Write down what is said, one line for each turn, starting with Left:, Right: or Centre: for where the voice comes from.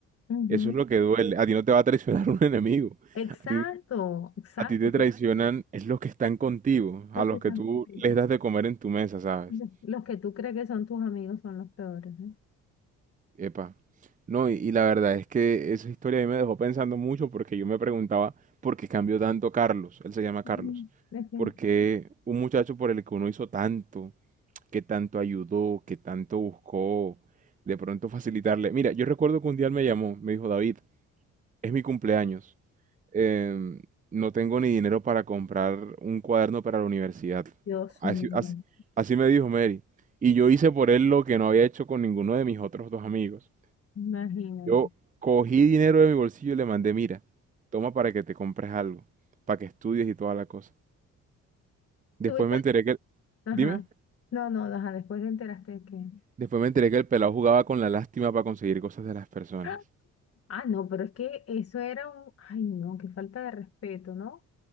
Left: Ujú.
Right: Eso es lo que duele. A ti no te va a traicionar <laughs> un enemigo.
Left: Exacto,
Right: A ti,
Left: exacto.
Right: a ti te
Left: tú-
Right: traicionan es los que están contigo, a
Left: Los
Right: los
Left: que están
Right: que tú
Left: contigo.
Right: les das de comer en tu mesa, ¿sabes?
Left: Los los que tú crees que son tus amigos son los peores, ¿eh?
Right: Epa. No, y, y la verdad es que esa historia a mí me dejó pensando mucho porque yo me preguntaba por qué cambió tanto Carlos. Él se llama
Left: Ujú.
Right: Carlos.
Left: Es que-
Right: ¿Por qué un muchacho por el que uno hizo tanto, que tanto ayudó, que tanto buscó, de pronto facilitarle? Mira, yo recuerdo que un día él me llamó, me dijo, David, es mi cumpleaños. em, no tengo ni dinero para comprar un cuaderno para la universidad.
Left: Dios
Right: Así,
Left: mío,
Right: así- así me dijo Mary. Y yo hice por él lo que no había hecho con ninguno de mis otros dos amigos.
Left: imagínate.
Right: Yo cogí dinero de mi bolsillo y le mandé, mira, toma para que te compres algo, para que estudies y toda la cosa. Después
Left: Tuviste,
Right: me
Left: la-
Right: enteré que, dime,
Left: ajá. No, no, ajá, después te enteraste de que.
Right: después me enteré que el pelado jugaba con la lástima para conseguir cosas de las personas.
Left: Ah, Ah, no, pero es que eso era un, ay, no, qué falta de respeto, ¿no?